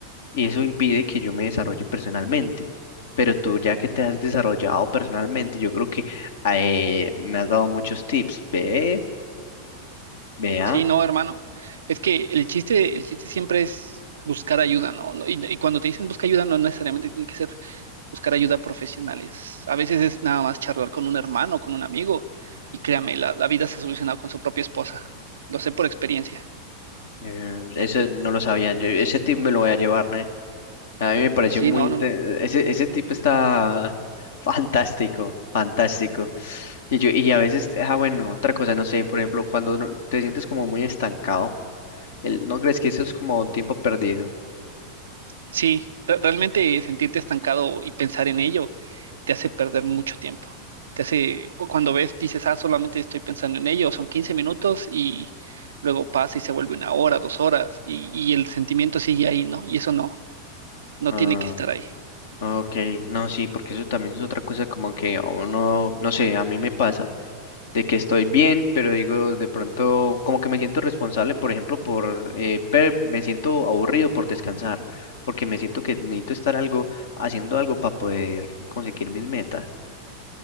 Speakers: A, on the left; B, on the right.
A: y eso impide que yo me desarrolle personalmente. Pero tú ya que te has desarrollado personalmente, yo creo que eh, me has dado muchos tips. Ve, vea,
B: Sí, no, hermano. Es que el chiste, el chiste siempre es buscar ayuda, ¿no? No, Y, y cuando te dicen busca ayuda, no necesariamente tiene que ser buscar ayuda profesionales. A veces es nada más charlar con un hermano, con un amigo, y créame, la, la vida se soluciona con su propia esposa. Lo sé por experiencia.
A: eh, ese no lo sabía. yo- ese tip me lo voy a llevar, ¿no? A mí me pareció
B: Sí,
A: muy...
B: no,
A: inte-
B: no, no.
A: Ese, ese tip está <laughs> fantástico, fantástico. Y, yo, y a veces, ah, bueno, otra cosa, no sé, por ejemplo, cuando uno- te sientes como muy estancado. El- ¿no crees que eso es como tiempo perdido?
B: Sí, re- realmente sentirte estancado y pensar en ello te hace perder mucho tiempo. Te hace, cu- cuando ves, dices, ah, solamente estoy pensando en ello, son 15 minutos y luego pasa y se vuelve una hora, dos horas, y, y el sentimiento sigue ahí, ¿no? Y eso no, no
A: Ah,
B: tiene que estar ahí.
A: Ok, no, sí, porque eso también es otra cosa como que a uno, no sé, a mí me pasa de que estoy bien, pero digo, de pronto como que me siento responsable, por ejemplo, por, eh, pe- me siento aburrido por descansar, porque me siento que necesito estar algo, haciendo algo para poder conseguir mis metas.